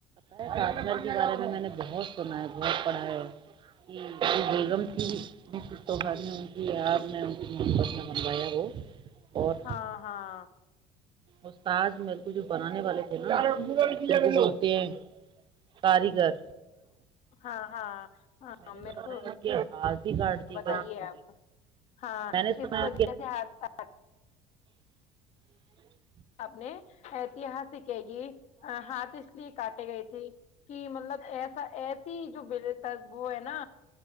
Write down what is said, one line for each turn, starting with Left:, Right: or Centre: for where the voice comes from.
Right: کاٹلر کے بارے میں میں نے بہت سنا ہے بہت پڑھا ہے کہ جو بیگم کیانی ان کی آپ نے ان کی محبت نے بنوایا وہ اور
Left: ہاں ہاں
Right: استاد میرے ک جو بنانے والے تھے نا سنتے ہیں کاریگر
Left: ہاں ہاں ہاں
Right: میں نے
Left: میرے
Right: سنا
Left: کو
Right: ہے ان کے ہاتھ بھی کاٹ دیے
Left: بتائیے
Right: گئے تھے انہوں
Left: آپ
Right: نے
Left: ہاں
Right: میں نے
Left: اس
Right: سنا ہے
Left: وجہ سے ہ
Right: ہ
Left: اپنے ایتہاس س کہے گی ہاتھ اس لیے کاٹے گئے تھی کہ مطلب ایسا ایسی جو ب وہ ہے نا